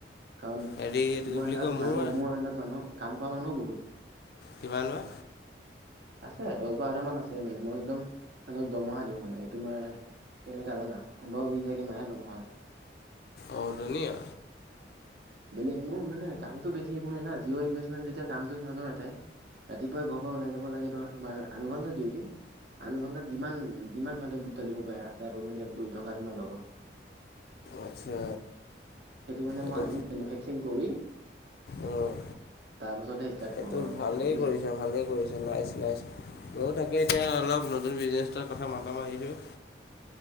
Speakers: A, on the right; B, on the left.
A: কাৰণ
B: হেৰি এইটো
A: মোৰ
B: কি বুলি
A: আণ্ডাৰত
B: কয় মোৰ
A: <unintelligible> কাম কৰা মানুহো বহুত।
B: কিবা লোৱা।
A: আছে দহ বাৰটামান আছে মানে মই একদম সিহঁতক দমহা দিওঁ মানে তোমাৰ কেনেকা জানা? পোন্ধৰ বিশ হাজাৰ কে মাহে দৰমহা।
B: অ, ধুনীয়া।
A: বেলেগ মোৰ মানে কামটো বেছি একোই না জিঅ' ইনভেষ্টমেণ্ট যেতিয়া কামটো সিহঁতৰ এটাই। ৰাতিপুৱাই ঘৰ পৰা ওলাই যাব লাগে ধৰ তোমাৰ আঠ ঘণ্টা ডিউটি। আঠ ঘণ্টাত যিমান যিমান ঘণ্টা বুটতলিব পাৰে ৰাস্তাই পদূলি উৰি থকা তোমাৰ লগবৰ
B: আচ্ছা।
A: সেইটো কাৰণে
B: এইটো
A: মই আনি মেনুফেকসাৰিং কৰি
B: উম,
A: তাৰপাছতে ষ্টাৰ্ট
B: এইটো
A: কৰোঁ আৰু বস্তুটো
B: ভালেই
A: বুজিলা
B: কৰিছা ভালেই কৰিছ নাই? নাই ময়ো তাকে এতিয়া অলপ নতুন বিজনেজ এটাৰ কথা মাথা মাৰিছোঁ।